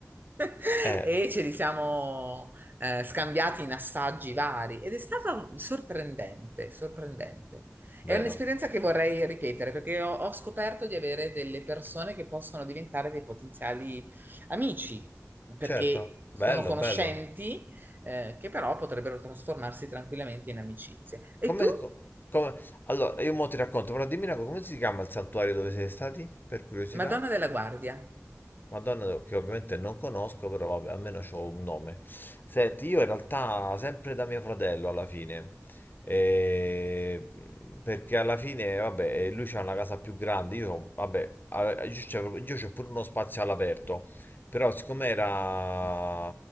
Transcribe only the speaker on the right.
E
ce li siamo eh, scambiati in assaggi vari ed è stata sorprendente, sorprendente.
È un'esperienza che vorrei ripetere perché ho, ho scoperto di avere delle persone che possono diventare dei potenziali amici, perché
sono conoscenti,
eh, che però potrebbero trasformarsi tranquillamente in amicizie. E
tu,
Madonna della Guardia,